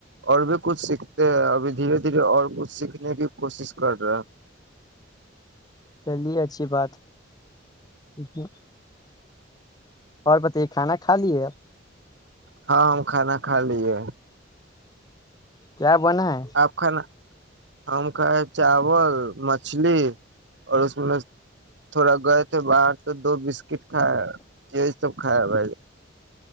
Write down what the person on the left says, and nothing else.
چلیے اچھی بات ہاں اور بتائے کھانا کھا لیے آپ
کیا ہو بن ہے